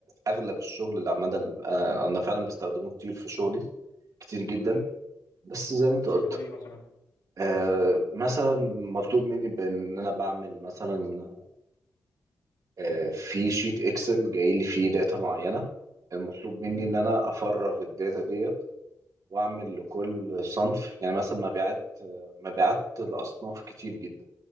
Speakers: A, on the right (about 65°); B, on the left (about 80°).
A: اغلب الشغل اللي عمال انا أنا فعلا بستخدمه كتير في شغلي كتير جدا
B: مم.
A: بس زي ما انت
B: شبه
A: قلت
B: ايه مثلا
A: آه مثلا مطلوب مني بان انا بعمل مثلا آه، في شيت اكسل جاي لي فيه داتا معينه المطلوب مني
B: مم.
A: ان انا افرغ الداتا ديت واعمل لكل صنف يعني مثلا مبيعات آه، مبيعات لاصناف كتير جدا